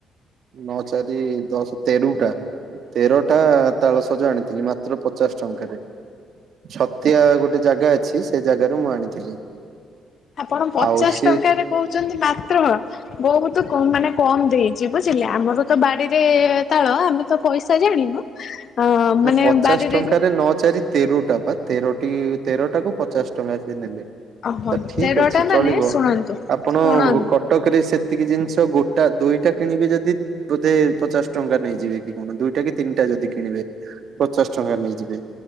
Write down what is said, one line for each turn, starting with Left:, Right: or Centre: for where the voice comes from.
Right: ନଅ ଚାରି ଦଶ ତେରଟା ତେରଟା ତାଳସଜ ଆଣିଥିଲି। ମା ମାତ୍ର ପଚାଶ ଟଙ୍କାରେ ଛତିଆ ଗୋଟେ ଜାଗା ଅଛି ସେ ଜାଗାରୁ ମୁଁ ଆଣିଥିଲି।
Left: ଆପଣ ପଚାଶ
Right: ଆଉ ସିଏ
Left: ଟଙ୍କା ରେ କହୁଛନ୍ତି ମାତ୍ର ବହୁତ ମାନେ କମ୍ ଦେଇଛି ବୁଝିଲେ ଆମର ତ ବାଡିରେ ତାଳ ଆମେ ତ ପଇସା ଜାଣିନୁ। ଅ
Right: ନା
Left: ମାନେ
Right: ପଚାଶ
Left: ବାରିରେ
Right: ଟଙ୍କାରେ
Left: ଯୋଉ
Right: ନଚାରି ତେରଟା ବା ତେରଟି ତେରଟା କୁ ପଚାଶ ଟଙ୍କା ସେ ନେଲେ।
Left: ଓହୋ
Right: ତ ଠିକ୍
Left: ତେରଟା
Right: ଅଛି ଚଳିବ
Left: ମାନେ ଶୁଣନ୍ତୁ
Right: ଆପଣ
Left: ଶୁଣନ୍ତୁ
Right: କ କଟକରେ ସେତିକି ଜିନିଷ ଗୋଟା ଦୁଇଟା କିଣିବି ଯଦି ବୋଧେ ପଚାଶ ଟଙ୍କା ନେଇଯିବେ କି କଣ ଦୁଇଟା କି ତିନିଟା ଯଦି କିଣିବେ। ପଚାଶ ଟଙ୍କା ନେଇଯିବି